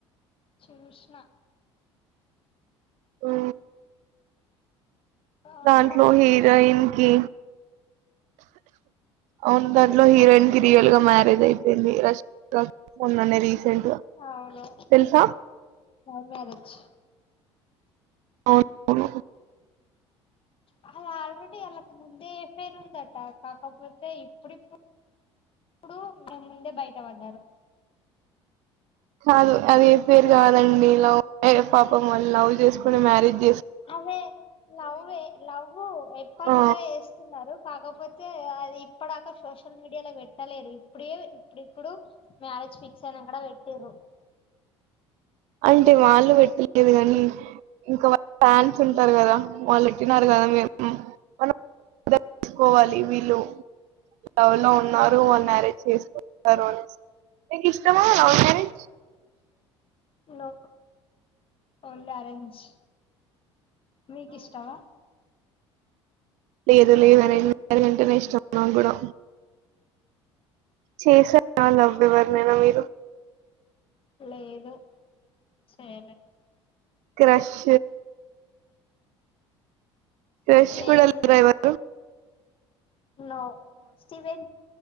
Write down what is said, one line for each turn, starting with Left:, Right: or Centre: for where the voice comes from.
Left: శ్రీ క్నిష్ణ
Right: అ
Left: బాగుంటాయి
Right: దాంట్లో హీరోయిన్ కి అవును దాంట్లో హీరోయిన్ కి రియల్ గా మ్యారేజ్ అయిపోయింది రేష్మిక మొన్న అనేది రీసెంటుగ
Left: అవును
Right: తెలుసా
Left: లవ్ మ్యారేజ్
Right: అవును
Left: అలా ఆల్రేడి అలాకి ముందే పేరుందట కాకపోతే ఇప్పుడిప్పుడు ఇప్పుడు ముందే బయట పడ్డారు
Right: కాదు అది పేరు కాదండి లవ్ పాపమ్ మళ్ళని లవ్ చేసుకుని మ్యారేజ్ చేసు
Left: అదే లవ్ ఎ లవ్వు ఎప్పడు
Right: ఆ
Left: నుండో వేస్తున్నారు కాకపోతే అయి ఇప్పుడాక సోషల్ మీడియాలో పెట్టలేరు ఇప్పుడే ఇప్పుడు ఇప్పుడు మ్యారేజ్ ఫిక్స్ అయినా కూడా పేట్టురు
Right: అంటే వాళ్ళు పెట్టలేదు కానీ ఇంకా వాళ్ ఫ్యాన్స్ ఉంటారు కదా వాళ్ళ క్ తిన్నారు కదా మే మ్ మనంసుకోవాలి వీళ్ళు లౌవు లో ఉన్నారు వాళ్ మ్యారేజ్ చేసుకుంటారు అనేసి నీకు ఇష్టమే అవు కారే జ్
Left: నో ఓన్లీ ఆరెంజ్ మీకు ఇష్టవా
Right: లేదులేదు అరేంజ్ మ్యారేజ్ అంటే నే ఇష్టం న్నా గుడా చేశ్యా ఆలం ఎవర్ నైనా మీరు
Left: లేదు సే మే
Right: క్రష్ ఫ్రెష్
Left: అట్లేం
Right: కూడా లేరా ఎవరు
Left: నోస్టివే న్